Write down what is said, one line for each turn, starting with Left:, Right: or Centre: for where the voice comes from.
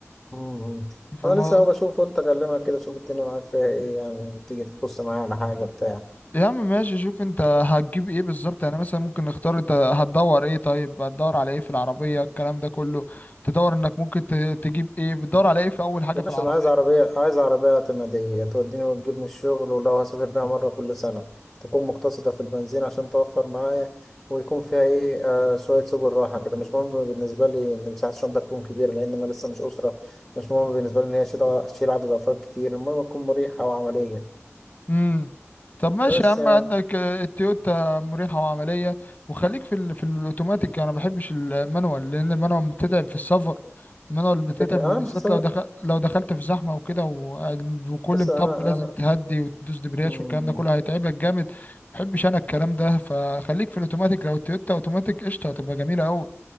Centre: مم.
Left: فالمو-
Centre: أنا لسه أهو بشوف قلت أكلمك كده أشوف الدنيا معاك فيها إيه يعني تيجي تبص معايا على حاجة بتاع
Left: يا عم ماشي شوف انت هتجيب ايه بالظبط يعني مثلا ممكن نختار انت هتدور ايه طيب هتدور على ايه في العربية الكلام ده كله تدور انك ممكن ت- تجيب ايه بتدور على ايه في اول حاجة
Centre: يا
Left: في
Centre: باشا
Left: العربية
Centre: انا عايز عربيه عايز عربيه اعتماديه توديني وتجيبني الشغل ولو هسافر بيها مره كل سنه تكون مقتصده في البنزين عشان توفر معايا ويكون فيها ايه آه شويه سبل راحه كده مش مهم بالنسبه لي ان مساحه الشنطه تكون كبيره لان انا لسه مش اسره مش مهم بالنسبه لي ان هي شيل- تشيل عدد افراد كتير المهم تكون مريحه وعمليه
Left: امم طب ماشي
Centre: بس
Left: يا عم
Centre: يعني
Left: عندك آه، التويوتا مريحة وعملية وخليك في ال... في الاوتوماتيك انا ما بحبش المانوال لان المانوال بتتعب في السفر المانوال بتتعب
Centre: فكره انا
Left: وبالذات
Centre: مش هسافر
Left: لو دخل... لو دخلت في زحمة وكده و... وكل
Centre: بس
Left: مطب
Centre: انا
Left: لازم
Centre: انا
Left: تهدي وتدوس دبرياج
Centre: مم.
Left: والكلام ده كله هيتعبك جامد ما بحبش انا الكلام ده فخليك في الاوتوماتيك لو التويوتا اوتوماتيك قشطة هتبقى جميلة قوي